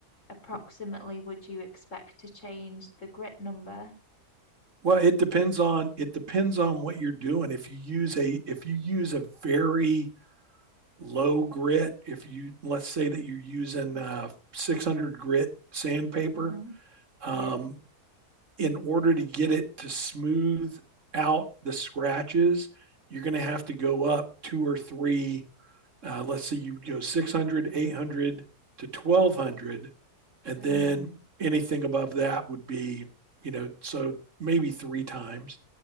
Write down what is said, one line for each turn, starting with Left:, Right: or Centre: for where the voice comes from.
Left: approximately would you expect to change the grit number?
Right: Well, it depends on it depends on what you're doing. If you use a if you use a very low grit, if you let's say that you're using uh, 600 grit sandpaper,
Left: Mm-hmm.
Right: um,
Left: Yeah.
Right: in order to get it to smooth out the scratches, you're going to have to go up two or three. Uh, let's say you would go 600, 800 to 1200. And
Left: Mm.
Right: then anything above that would be, you know, so maybe three times